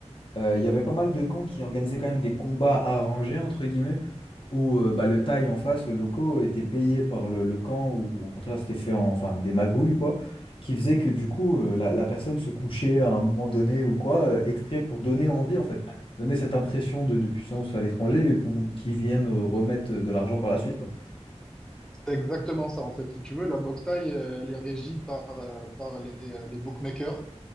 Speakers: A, on the left (about 50°); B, in the centre.
A: euh, il y avait pas mal de camps qui organisaient quand même des combats arrangés, entre guillemets. où euh, bah, le taille en face, le loco, était payé par le, le camp, ou ou au contraire, c'était fait en, enfin, des magouilles, quoi, qui faisait que du coup, euh, la, la personne se couchait à un moment donné ou quoi, euh, exprès pour donner envie, en fait, donner cette impression de, de puissance à l'étranger et pour qu'ils viennent euh, remettre de l'argent par la suite, quoi.
B: C'est exactement ça, en fait. Si tu veux, la boxe thaï, euh, elle est régie par, euh, par les, euh, les bookmakers.